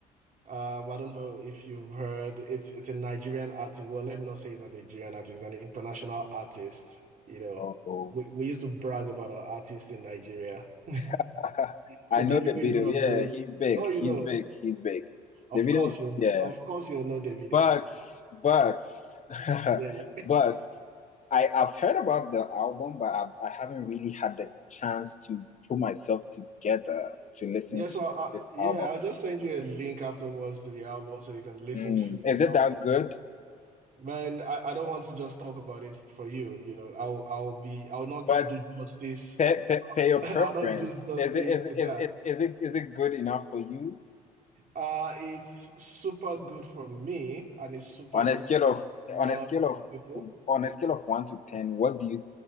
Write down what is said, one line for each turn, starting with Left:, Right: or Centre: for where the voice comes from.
Right: Um, I don't know if you've heard it's it's a Nigerian artist. Well, let me not say he's a Nigerian artist, an international artist. You know,
Left: Oh, oh.
Right: we we used to brag about our artists in Nigeria. <laughs>
Left: <laughs>
Right: So
Left: I know
Right: Davido
Left: the
Right: is
Left: video.
Right: one
Left: Yeah,
Right: of those.
Left: he's big.
Right: Oh,
Left: He's
Right: you know,
Left: big. He's big.
Right: of
Left: The video
Right: course
Left: is
Right: you
Left: yeah.
Right: of course you'll know Davido.
Left: But but <laughs>
Right: Yeah.
Left: but I I've heard about the album, but I I haven't really had the chance to put myself together to listen
Right: Yeah,
Left: to
Right: so I,
Left: this
Right: yeah,
Left: album.
Right: I'll just send you a link afterwards to the album so you can listen
Left: Mm,
Right: through the
Left: is it
Right: album.
Left: that good?
Right: Man, I, I don't want to just talk about it for you. You know, I'll I'll be I'll not
Left: But
Right: do justice.
Left: Pay, pay, pay
Right: <laughs>
Left: your
Right: I'll
Left: preference.
Right: not do justice
Left: Is it is
Right: to
Left: it
Right: that.
Left: is it is it is it good enough for you?
Right: Uh, it's super good for me and it's super
Left: On
Right: good
Left: a scale
Right: for a
Left: of
Right: lot
Left: on a scale
Right: of
Left: of
Right: people.
Left: on a scale of one to ten, what do you